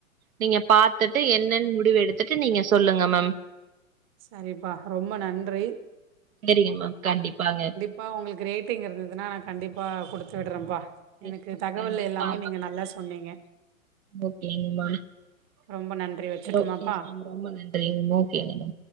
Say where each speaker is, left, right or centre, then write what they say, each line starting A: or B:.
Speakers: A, on the right; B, on the right.
A: நீங்க பாத்துட்டு என்னன் முடிவ் எடுத்துட்டு நீங்க சொல்லுங்க மேம்
B: சரிபா ரொம்ப நன்றி
A: செரிங்க மேம் கண்டிப்பாங்க
B: பா உங்ளுக்கு ரேட்டிங் இருந்ததுனா நா கண்டிபா குடுத்து விடுறேபா எனக்கு
A: எஸ் மேம்
B: தகவல்
A: கண்டிப்பா
B: எல்லாமே நீங்க நல்லா சொன்னீங்க
A: ஓகேங்மா உங்க
B: ரொம்ப நன்றி வச்சுட்டுமாப்பா
A: கூட பேசுனது ரொம்ப நன்றி ஓகேங்கமா